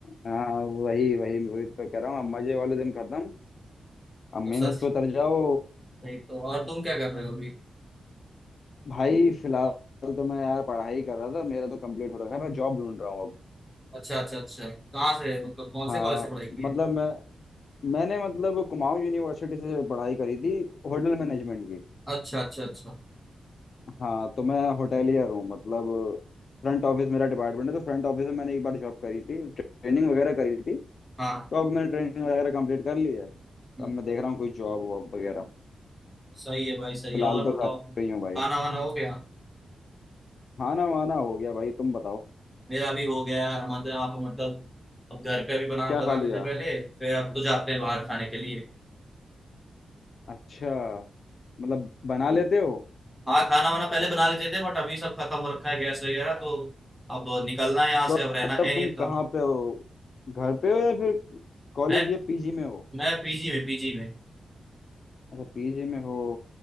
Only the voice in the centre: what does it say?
अब
सच
नहीं तो और तुम क्या कर रहे हो अभी
अच्छा अच्छा अच्छा कहाँ से मतलब कौन से
कॉलेज से पढ़ाई की है
अच्छा अच्छा अच्छा
हाँ
हम्म,
सही है भाई सही
है और
बताओ
खाना वाना हो गया
मेरा भी हो गया यार हमारे यहाँ पे मतलब अब घर पे अभी बना
बनाते
थे पहले फिर अब तो जाते हैं बाहर खाने के लिए
हाँ खाना वाना पहले बना लेते थे बट अभी सब खत्म हो रखा है गैस वगैरह तो अब निकलना है यहाँ से
अब रहना है नहीं
इतना
मैं
मैं पीजी में पीजी में